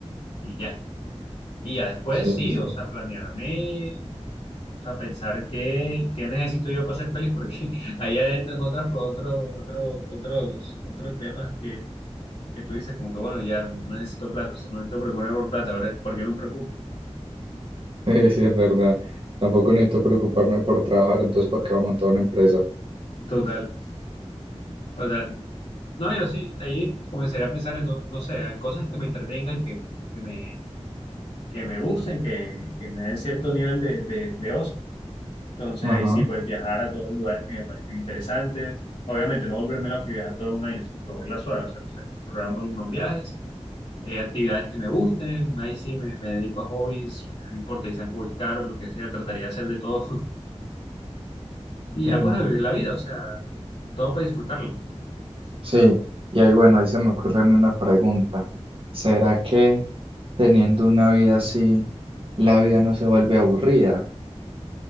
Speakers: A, on the left; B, on the right.
A: y ya. Y ya después
B: sí,
A: sí,
B: sí, sí.
A: o
B: <laughs>
A: sea, planearme O sea, pensar qué, qué necesito yo para ser feliz, porque <laughs> ahí adentro en otras, pro- otro, otro, otros, otros temas que, que tú dices, como que bueno, ya no necesito plata, o sea, no necesito preocuparme por plata, ¿verdad? ¿Por qué me preocupo?
B: Sí, sí, es verdad. Tampoco necesito preocuparme por trabajar, entonces ¿para qué voy a montar una empresa?
A: Total. O sea, no, yo sí, ahí comenzaría a pensar en, no, no sé, en cosas que me entretengan, que, que me, que me gusten, que, que me den cierto nivel de, de, de ocio. Entonces
B: Ajá.
A: ahí sí, pues viajar a todos los lugares que me parezcan interesantes. Obviamente no volverme loco y viajar todo un año, sino cogerla suave, o sea, no sé, programo algunos viajes eh, actividades que me gusten, ahí sí me, me dedico a hobbies, no importa si sean hobbies caros, lo que sea, trataría de hacer de todo <laughs> y ya
B: Y-
A: pues a vivir la vida, o sea, todo para disfrutarla.
B: sí, y ahí bueno, ahí se me ocurre a mí una pregunta. ¿Será que teniendo una vida así, la vida no se vuelve aburrida?